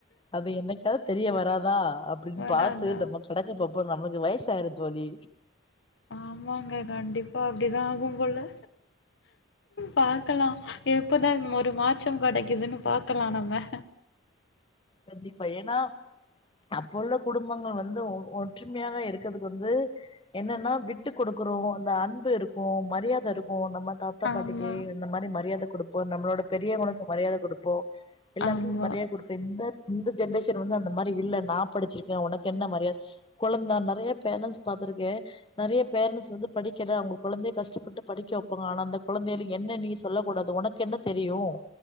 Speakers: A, on the left; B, on the left.
A: அது என்னக்கா தெரிய வராதா அப்படின்னு
B: வராதா
A: பார்த்து நம்ம கூட கொஞ்ச அப்புறம் நம்மளுக்கு வயசாயிரும் தோழி
B: ஆமாங்க கண்டிப்பா அப்படிதான் ஆகும் போல பாக்கலாம் எப்பதான் ஒரு மாற்றம் கெடைக்குதுன்னு பாக்கலா நம்ம
A: கண்டிப்பா ஏன்னா அப்ப உள்ள குடும்பங்கள் வந்து ஒ ஒற்றுமையாக இருக்கிறதுக்கு வந்து என்னன்னா விட்டு கொடுக்குறோம் அந்த அன்பு இருக்கும் மரியாத இருக்கும் நம்ம தாத்தா
B: ஆமா
A: பாட்டிக்கு இந்த மாரி மரியாத கொடுப் இப்போ நம்மளோட பெரியவங்கக்கு மரியாத கொடுப்போம் எல்லாத்துயும்
B: ஆமா
A: மரியாத கொடுப்ப இந்த இந்த ஜென்ரேஷன் வந்து அந்த மாரி இல்ல நா படிச்சிருக்கேன் உனக்கு என்ன மரியாது கொழந்தா நெறைய பேரண்ட்ஸ் பாார்த்திருக்கேன் நெறைய பேரன்ண்ட்ஸ் வந்து படிக்கல அவங்க கொழந்தைய கஷ்டப்பட்டு படிக்க வைப்பாங்க ஆனா அந்த கொழந்தைகளுக்கு என்ன நீ சொல்ல கூடாது உனக்கு என்ன தெரியும்